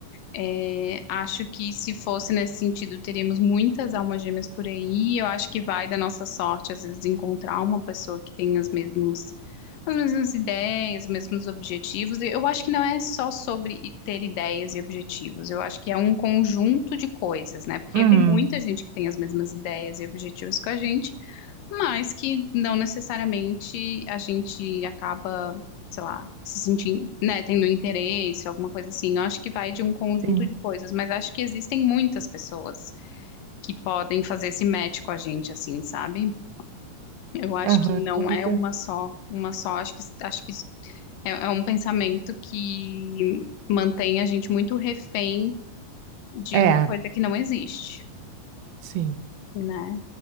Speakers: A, on the left; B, on the right.
A: É, acho que se fosse nesse sentido, teríamos muitas almas gêmeas por aí. Eu acho que vai da nossa sorte, às vezes, encontrar uma pessoa que tem as mesmas, as mesmas ideias, os mesmos objetivos. E Eu acho que não é só sobre ter ideias e objetivos. Eu acho que é um conjunto de coisas, né? Porque
B: Uhum,
A: tem muita gente que tem as mesmas ideias e objetivos que a gente mas que não necessariamente a gente acaba, sei lá, se sentindo, né, tendo interesse, alguma coisa assim. Eu acho que vai de um conjunto
B: sim.
A: de coisas, mas acho que existem muitas pessoas que podem fazer esse match com a gente, assim, sabe? Eu acho
B: Aham,
A: que não
B: com certeza.
A: é uma só, uma só. Acho que, acho que é, é um pensamento que mantém a gente muito refém de
B: É,
A: uma coisa que não existe,
B: sim.
A: né?